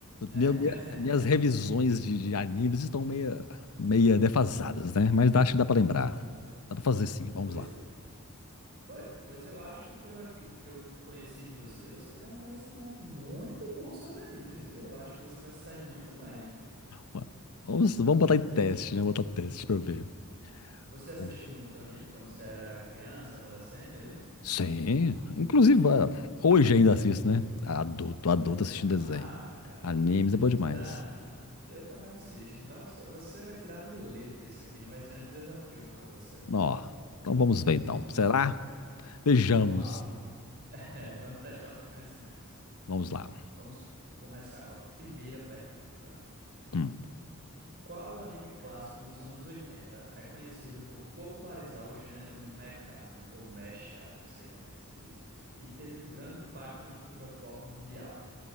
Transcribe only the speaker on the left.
meu- minha- minhas revisões de, de animes estão meia, meia defasadas, né? Mas dá- acho que dá pra lembrar. Dá pra fazer sim, vamos
lá.
Ó, Vamos, vamos botar em
teste, né? Botar teste pra eu ver.
Bom.
Sim. Inclusive, ó, hoje ainda assisto, né? Adulto, adulto
assistindo
desenho.
Animes é bom
demais.
Ó, então vamos ver então. Será? Vejamos.
Vamos lá.
Hum,